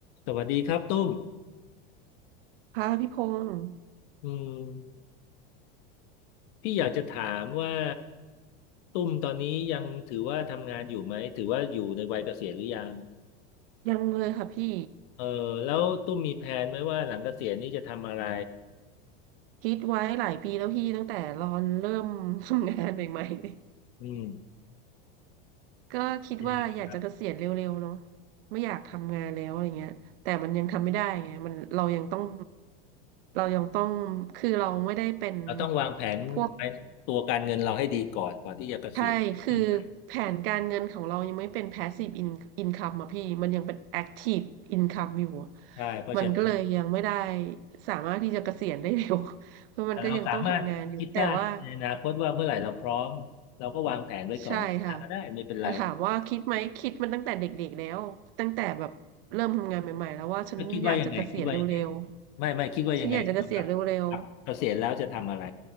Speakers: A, on the left; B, on the right.
A: สวัสดีครับตุ้ม
B: ค่ะพี่พงศ์
A: อืมพี่อยากจะถามว่าตุ้มตอนนี้ยังถือว่าทำงานอยู่ไหมถือว่าอยู่ในวัยเกษียณหรือยัง
B: ยังเลยค่ะพี่
A: เออแล้วตุ้มมีแผนไหมว่าหลังเกษียณนี่จะทำอะไร
B: คิดไว้หลายปีแล้วพี่ตั้งแต่รอนเริ่มทำงานใหม่ๆเลย
A: อืม
B: ก็คิดว่าอยากจะเกษียณเร็วๆเนาะ
A: เป็นยังไงครับ
B: ไม่อยากทำงานแล้วอะไรเงี้ยแต่มันยังทำไม่ได้ไงมันเรายังต้องเรายังต้องคือเราไม่ได้เป็น
A: เราต้องวางแผนไปตัวการเงินเราให้ดีก่อนก่อนที่จะเกษียณจริงไหม
B: พวก ใช่ คือแผนการเงินของเรายังไม่เป็น passive in- income อะพี่มันยังเป็น active income อยู่อะ
A: ใช่เพราะฉะนั้น
B: มันก็เลยยังไม่ได้สามารถที่จะเกษียณได้เร็ว <laughs> เพราะมันก็ยังต้องทำงานอยู่
A: แต่เราสามารถคิดได้ในอนาคตว่าเมื่อไหร่เราพร้อมเราก็วางแผนไว้ก่อนก็ได้ไม่เป็นไร
B: แต่ว่าใช่ค่ะแต่ถามว่าคิดไหม คิดมันตั้งแต่เด็กๆแล้ว ตั้งแต่แบบเริ่มทำงานใหม่ๆแล้วว่าฉันอยากจะเกษียณเร็ว
A: แล้วคิดว่ายังไงคิดว่ายังไงไม่ไม่คิดว่ายังไงเกี่ยวกับกับเกษียณแล้วจะทำอะไร
B: ๆฉันอยากจะเกษียณเร็วๆ